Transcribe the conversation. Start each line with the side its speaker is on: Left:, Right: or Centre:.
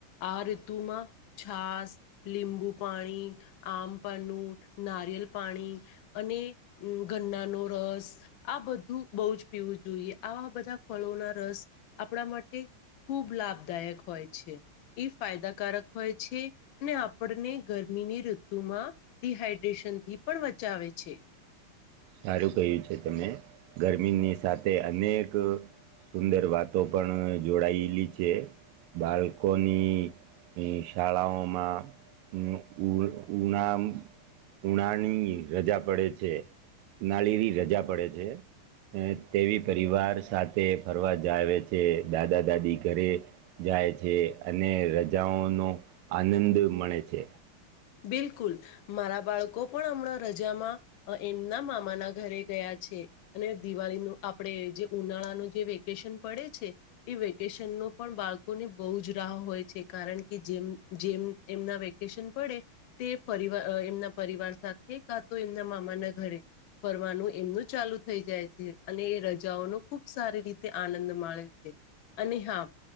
Left: આ ઋતુમાં છાસ લીંબુ પાણી આમપનું નારયેલ પાણી અને અ ગન્ના નો રસ આ બધું બહુજ પીવું જોઈએ આવા બધા ફલોના રસ આપણા માટે ખૂબ લાભદાયક હોય છે એ ફાયદાકારક હોય છે અને આપણને ગરમીની ઋતુ માં ડિહાઈડ્રેશન થી પણ બચાવે છે
Right: સારું કહ્યું છે તમે ગરમીની સાથે અનેક સુંદર વાતો પણ જોડાયેલી છે બાલ્કોની ની શાળાઓમાં ઉ ઉ ઉનામ ઉનાની રજા પડે છે નાળીરી રજા પડે છે અ તેવી પરિવાર સાથે ફરવા જાવે છે દાદા દાદી ઘરે જાય છે અને રજાઓનો આનંદ મળે છે
Left: બિલકુલ મારા બાળકો પણ હમણાં રજામાં અ એમના મામાના ઘરે ગયા છે અને દિવાલી નું આપણેે જે ઉનાળાનું જે વેકેશન પડે છે એ વેકેશનનો પણ બાળકોને બહુ જ રાહ હોય છે કારણ કે જેમ જેમ એમના વેકેશન પડે. તે પરિવાર અ એમનાં પરિવાર સાથે કાતો એમનાં મામાના ઘરે ફરવાનું એમનું ચાલુ થઈ જાય છે અને એ રજાઓનો ખૂબ સારી રીતે આનંદ માણે છે. અને હા